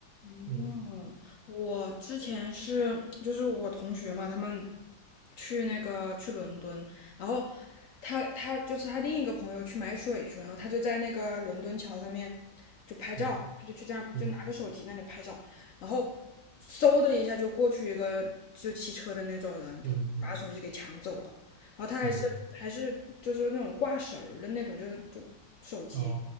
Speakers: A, on the left; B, on the right.
A: 嗯，
B: 嗯
A: 我之前是就是我同学嘛，他们去那个去伦敦，然后他他就是他另一个朋友去买水去了，然后他就在那个伦敦桥上面就拍照，
B: 嗯
A: 他就去这样就拿个手机那里拍照，
B: 嗯
A: 然后嗖的一下就过去一个就骑车的那种人，就把手机给抢走了，
B: 嗯嗯
A: 然后他还是还是就是那种挂绳儿的那种，
B: 嗯，
A: 就是就手机
B: 哦